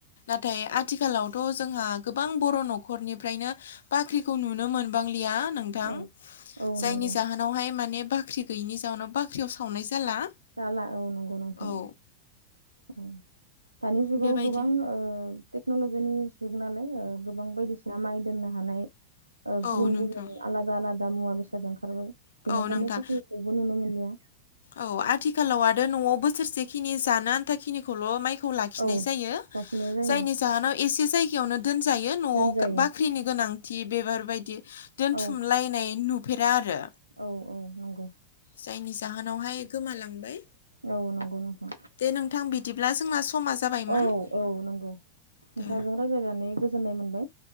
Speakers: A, on the left; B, on the right.
A: नाथाय आथिखालावथ' जोंहा गोबां बर' न'खरनिफ्रायनो बाख्रिखौ नुनो मोनबांलिया नोंथां
B: औ औ
A: जायनि
B: नंगौ
A: जाहोनावहाय माने बाख्रि गैयैनि जोनाव बाख्रियाव सावनाय जायो। ला
B: जाला नंगौ नोंथां
A: औ
B: औ दानि जुगाव
A: बेबायदि
B: गोबां ओ टेक्न'ल'जिनि जुग नालाय गोबां बायदिसिना माइ दोननो हानाय ओ
A: औ
B: गुबुन
A: नोंथां
B: गुबुन आलादा आलादा मुवा बेसाद ओंखारबाय बेनिखायनो
A: औ नोंथां
B: गासैखौबो नुनो मोनलिया
A: औ आथिखालाव आरो न'वाव बोसोरसे खिनि जानो आथा खिनिखौल' माइ खौ लाखिनाय
B: औ
A: जायो
B: लाखिनाय जायो
A: जायनि जाहोनाव एसे जायगायावनो दोनजायो न'वाव
B: दोनजायो
A: बाख्रिनि गोनांथि बेबार बायदि दोनथुमलायनाय
B: औ
A: नु नुफेरा आरो
B: औ औ नांगौ
A: जायनि जाहोनावहाय गोमालांबाय
B: औ नंगौ नंगौ
A: दे नोंथां बिदिब्ला जोंना समा जाबायमोन
B: औ औ नंगौ नोंथांजों
A: दे
B: रायज्लायनानै गोजोन्नाय मोन्दों।